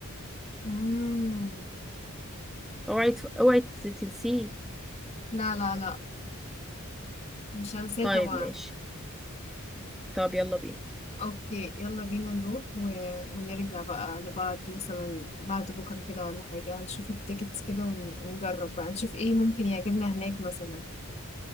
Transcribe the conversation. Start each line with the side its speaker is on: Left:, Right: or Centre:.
Left: امم
Centre: اوعي تف- اوعي تنسيه
Left: لا لا لا مش هنساه
Centre: طيب
Left: طبعا
Centre: ماشي طب يلا بينا
Left: اوكي يلا بينا نروح و... ونرجع بقى لبعض مثلا بعد بكرة كده ولا حاجة نشوف التيكتس كده ون... ونجرب بقى نشوف ايه ممكن يعجبنا هناك مثلا